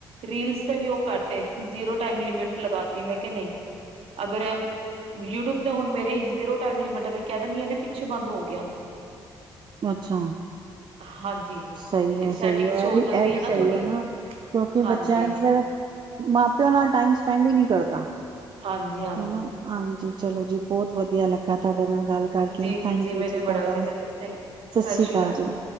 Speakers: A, on the right; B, on the right.
A: ਰੀਲਸ ਤੇ ਵੀ ਉਹ ਕਰਤ ਤੇ ਜ਼ੀਰੋ ਟਾਈਮ ਲਿਮਿਟ ਲਗਾਤੀ, ਮੈਂ ਕਿਆ ਨਈ। ਅਗਰ ਯੂਟਿਊਬ ਤੇ ਹੁਣ ਮੇਰੇ ਜ਼ੀਰੋ ਟਾਈਮ ਲਿਮਿਟ ਵੇ, ਕਹਿ ਦੇਨੀ ਇਹਨੇ ਪਿੱਛੇ ਬੰਦ ਹੋ ਗਿਆ।
B: ਅੱਛਾ।
A: ਹਾਂਜੀ।
B: ਸਈ ਐ-ਸਈ
A: ਸੈਟਿੰਗ
B: ਐ
A: ਹੋ ਜਾਂਦੀ
B: ਐ ਵੀ
A: ਹੈ
B: ਸਹੀ
A: ਥੋੜੀ
B: ਐ ਨਾ, ਕਿਓਂਕਿ
A: ਹਾਂਜੀ
B: ਬੱਚਿਆਂ ਚ ਫਿਰ ਮਾਂ-ਪਿਓ ਨਾਲ ਟਾਈਮ ਸਪੈਂਡ ਈ ਨੀ ਕਰਦਾ।
A: ਹਾਂਜੀ ਹਾਂ
B: ਹਨਾ ਹਾਂਜੀ ਚਲੋ ਜੀ ਬੋਤ ਵਧੀਆ ਲੱਗਾ ਤਾਡੇ ਨਾਲ ਗੱਲ ਕਰਕੇ।
A: ਜੀ
B: ਥੈਂਕ ਯੂ
A: ਮੈਨੂੰ
B: ਜੀ
A: ਬੜਾ
B: ਤਾਡਾ,
A: ਵਧੀਆ ਲੱਗਿਆ ਥੈਂਕ ਯੂ
B: ਸਸ
A: ਸਤਿ ਸ਼੍ਰੀ
B: ਰੀ ਕਾਲ
A: ਅਕਾਲ
B: ਜੀ।